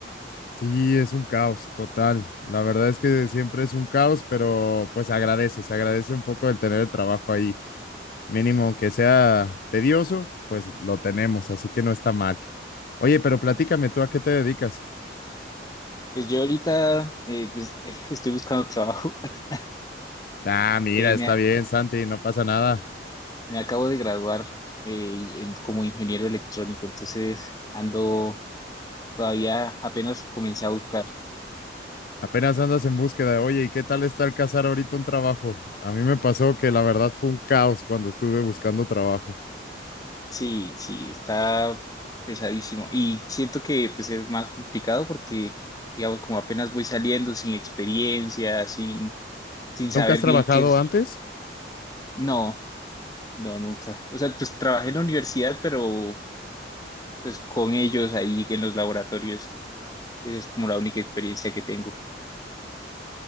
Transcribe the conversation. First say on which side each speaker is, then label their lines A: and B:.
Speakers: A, on the left; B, on the left.
A: Sí, es un caos total. La verdad es que siempre es un caos, pero pues agradece, se agradece un poco el tener el trabajo ahí. Mínimo que sea tedioso, pues lo tenemos, así que no está mal. Oye, pero platícame tú a qué te dedicas.
B: Pues yo ahorita eh, pues, <laughs> estoy buscando trabajo. <laughs>
A: Ah, mira,
B: Eh,
A: está
B: me,
A: bien, Santi, no pasa nada.
B: me acabo de graduar eh, en- como ingeniero electrónico, entonces ando todavía apenas comencé a buscar.
A: Apenas andas en búsqueda. Oye, ¿y qué tal está el cazar ahorita un trabajo? A mí me pasó que la verdad fue un caos cuando estuve buscando trabajo.
B: Sí, sí, está pesadísimo. Y siento que pues es más complicado porque, digamos, como apenas voy saliendo sin experiencia, sin, sin
A: ¿Nunca
B: saber
A: has trabajado
B: bien qué es.
A: antes?
B: No, no, nunca. O sea, pues trabajé en la universidad, pero pues con ellos ahí en los laboratorios. Esa es como la única experiencia que tengo.